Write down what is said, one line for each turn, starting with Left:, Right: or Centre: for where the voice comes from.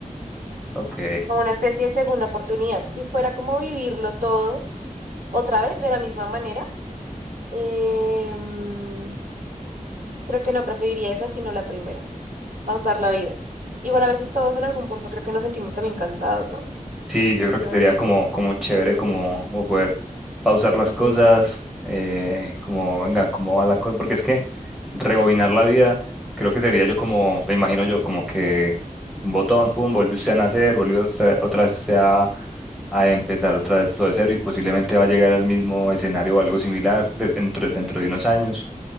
Centre: Ok.
Right: como una especie de segunda oportunidad. Si fuera como vivirlo todo otra vez de la misma manera Em, creo que no preferiría esa, sino la primera, pausar la vida. Igual a veces todos en algún punto creo que nos sentimos también cansados, ¿no?
Centre: Sí, yo
Right: Entonces,
Centre: creo que sería como, como chévere, como, como poder pausar las
Right: ujú,
Centre: cosas, eh, como, venga, cómo va la cosa, porque es que rebobinar la vida, creo que sería yo como, me imagino yo, como que un botón, pum, vuelve usted a nacer, vuelve usted- otra vez usted a, a empezar otra vez todo de cero y posiblemente va a llegar al mismo escenario o algo similar de- dentro, dentro de unos años